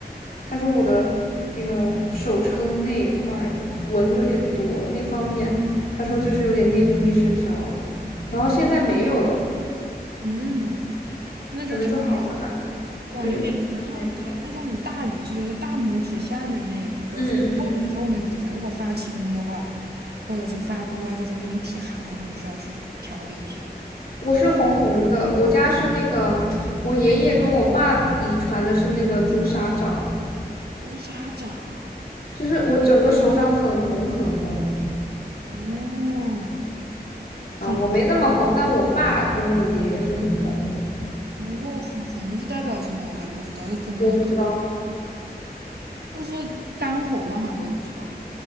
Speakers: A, on the left; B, on the right.
A: 他说我的那个手撑那一块纹有点多，那方面他说就是有点内分泌失调，然后现在没有了，
B: 嗯，那就调理水下。
A: 可能就好了吧？
B: 对啊，
A: 对，
B: 你可以，
A: 可能调理好了
B: 你看，可以看一下你大鱼际，就是大拇指下面那个很厚的肉那个地方，
A: 嗯嗯嗯，
B: 如果发青的话，或者是发乌的话，就说明你体寒，你可能需要去调理一下。
A: 我是红红的，我家是那个我爷爷跟我爸遗传的是那个朱砂掌，
B: 朱砂掌，
A: 就是我整个手掌很红很红。
B: 哦，很
A: 啊、呃我没那么红，但我爸跟我爷爷是很红的。
B: 哦，很红是代表什么？我还不知道，这中医
A: 我不知道，
B: 是不是肝火旺啊？我也不知道。